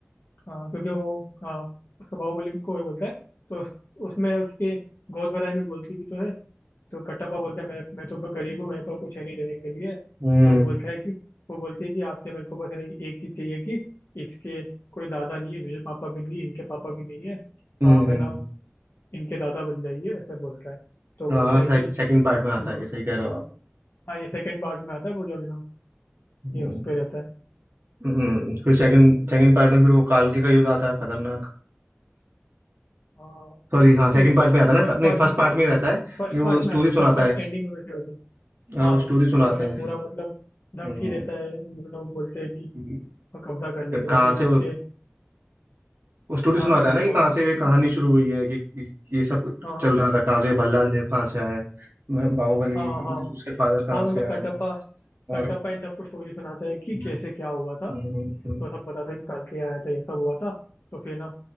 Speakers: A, on the left; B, on the right.
A: हाँ क्योंकि वो हाँ उसका बाहुबली को वो बोलता है तो उस- उसमें उसके गोद भराई में बोलती भी तो है तो कटप्पा बोलता है मैं मैं तो गरीब हूँ मेरे पास कुछ है नहीं देने के लिए तो
B: हम्म
A: वो बोलता है कि वो बोलती है कि आपसे मेरे को बस है ना एक चीज़ चाहिए कि इसके कोई दादा नहीं है मेरे पापा भी नहीं है इनके पापा भी नहीं है तो
B: हम्म
A: आप
B: हम्म,
A: है ना इनके दादा बन जाइए ऐसे बोलता है तो
B: हाँ
A: बोलता
B: हाँ,
A: है
B: से,
A: कि
B: सेकंड पार्ट में आता
A: बिल्कुल
B: है ये सही कह रहे हो आप
A: हाँ ये सेकंड पार्ट में आता है वो जब है ना
B: हम्म
A: ये उस पे रहता है
B: हम्म, फिर सेकंड सेकंड पार्ट में फिर वो कालके का युद्ध आता है खतरनाक
A: हाँ
B: सॉरी हाँ सेकंड
A: ये
B: पार्ट में आता है
A: फर्स्ट
B: ना नहीं
A: पार्ट
B: फर्स्ट पार्ट में ही रहता है लेकिन
A: फर्स्ट
B: वो
A: पार्ट
B: स्टोरी
A: में आता है फर्स्ट
B: सुनाता
A: पार्ट
B: है
A: एंडिंग में वैसे होती है
B: हाँ
A: हाँ
B: वो स्टोरी सुनाते
A: फिर वो है ना
B: हैं
A: पूरा मतलब धमकी
B: हम्म,
A: देता है मतलब वो बोलते हैं कि
B: कि
A: हम कब्जा कर लेंगे
B: कहाँ
A: तो फिर
B: से
A: ना
B: वो
A: उसके
B: वो स्टोरी
A: हाँ
B: सुनाता
A: फिर उसकी
B: है ना कि
A: मम्मी
B: कहाँ से
A: बोलती
B: ये कहानी
A: है
B: शुरू हुई है कि कि ये सब
A: हाँ
B: चल रहा था कहाँ से भल्लाल देव कहाँ से आया है मैं- बाहुबली
A: हाँ हाँ
B: उसके फादर कहाँ
A: हाँ मतलब
B: से आया
A: कटप्पा
B: है
A: कटप्पा
B: और
A: इन सबको स्टोरी सुनाता है कि
B: हम्म
A: कैसे क्या हुआ था
B: हम्म,
A: तो सब बताता है कि कल के आया था ये सब हुआ था तो फिर ना